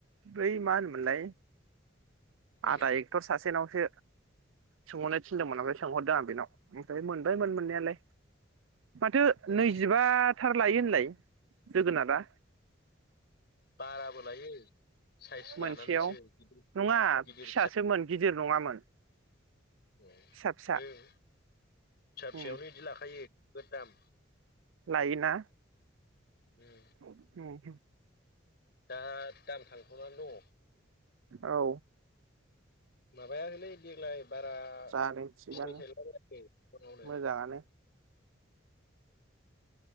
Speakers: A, on the right; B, on the left.
A: बै मा होनोमोनलाय?
B: उम
A: आदा एक्ट'र सासे नावसो सोंहरनो थिनदोंमोन ओमफ्राय सोंहरदों आं बेनाव ओमफ्राय मोनबाय मोन मोननायालाय माथो
B: ए
A: नैजिबा थार लायो होनलाय? जोगोनाद आ
B: बाराबो लायो साइज
A: मोनसेयाव
B: लानानैसो गिदिर
A: नङा
B: गिदिर
A: फिसासोमोन गिदिर नङामोन
B: अ
A: फिसा फिसा
B: ए <inaudible> फिसा
A: उम
B: फिसायावनो इदि लाखायो नोगोद दाम
A: लायोना?
B: उम
A: <inaudible>
B: दा दाम थांथ'नानै दङ
A: औ
B: माबाया लै देग्लाय बारा
A: जादों
B: फिथाइ
A: थिगानो
B: थायलाबायायाखै बिफांआवनो
A: मोजाङानो